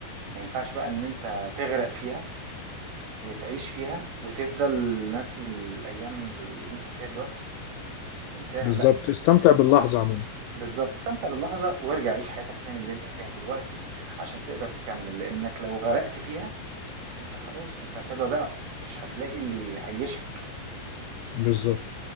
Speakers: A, on the right; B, on the left.
A: ما ينفعش بقى إن أنت تغرق فيها وتعيش فيها وتفضل ناسي الأيام اللي أنت فيها دلوقتي، تنساها
B: بالظبط
A: لأ،
B: استمتع باللحظة عموما
A: بالضبط، استمتع باللحظة وارجع عيش حياتك تاني اللي أنت فيها دلوقتي عشان تقدر تكمّل، لإنّك لو غرقت فيها أنت خلاص أنت كده ضِعت، مش هتلاقي اللي يعيّشك.
B: بالظبط